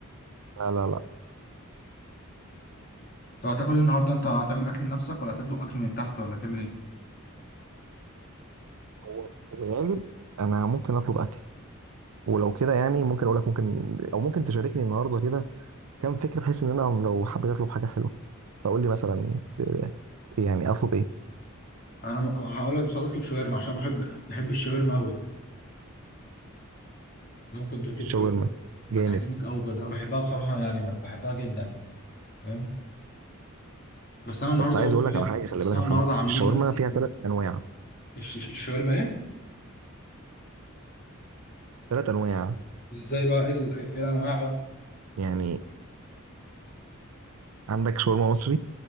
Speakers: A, on the right; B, on the left.
A: لا لا لا
B: طب هتاكل ايه النهارده انت هتعمل اكل لنفسك ولا هتطلب اكل من تحت ولا هتعمل ايه؟
A: هو في الغالب انا ممكن اطلب اكل ولو كده يعني ممكن اقول لك ممكن او ممكن تشاركني النهارده كده كام فكره بحيث ان انا لو حبيت اطلب حاجه حلوه فقول لي مثلا ت- يعني اطلب ايه
B: انا م... هقول لك بس هتطلب شاورما عشان بحب بحب الشاورما قوي ممكن تطلب
A: الشاورما
B: شاورما
A: جامد
B: هتعجبك قوي بجد انا بحبها بصراحه يعني ب- بحبها جدا فاهم؟ بس انا النهارده
A: بس عايز
B: امي
A: اقول لك على حاجه خلي
B: بس
A: بالك
B: انا
A: يا
B: النهارده
A: محمد
B: عاملين
A: الشاورما
B: اكل
A: فيها ثلاث انواع
B: الش- الش- الشاورما ايه؟
A: ثلاث انواع
B: ازاي بقى ايه ال- إيه الانواع بقى؟
A: يعني عندك شاورما مصري